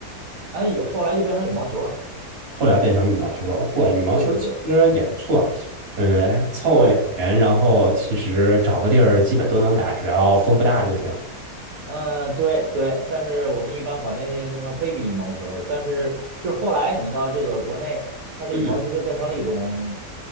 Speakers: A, on the right; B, on the right.
A: 哎，以后来就变成羽毛球了。
B: 后来变成羽毛球了，
A: 嗯，
B: 嚯，羽毛球其实也不错，
A: 对对对。
B: 嗯，凑个两人，
A: 对，
B: 然后其实找个地儿基本都能打，只要风不大就行。
A: 嗯，对对，但是我们一般管那什么 baby 羽毛球儿但是就是后来你知道这个国内它这羽毛球就变成了一种
B: 嗯